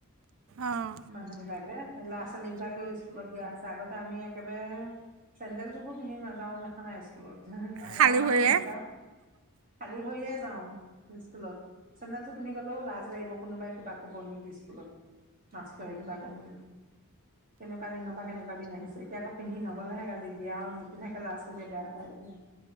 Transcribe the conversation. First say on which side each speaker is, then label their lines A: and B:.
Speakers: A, on the right; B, on the right.
A: অঁ
B: মানুহ বিলাকে ল'ৰা ছোৱালী বিলাকে স্কুলত। দিয়া হৈছে আগতে আমি একেবাৰে চেণ্ডেলটোকো পিন্ধি নাযাওঁ দেখা নাই স্কুলত। আৰু
A: খালী
B: আমাৰ
A: ভৰিৰে
B: দিনত খালী হৈয়েছে। যাওঁ নিচ স্কুলত চেন্দেল জোৰ পিন্ধি যাওঁ। সেইবোৰৰ কোনোবাই কিবা ক'ব নিকি স্কুলত। নাচৰি বাগৰি এইবোৰ। কেনেকুৱা দিন বা কেনেকুৱা দিন আহিছে এতিয়াকৌ পিন্ধি নগলেহে গালি দিয়া আৰু নিপিধোকে ল'ৰা ছোৱালীয়ে বেয়া পায় দিয়া।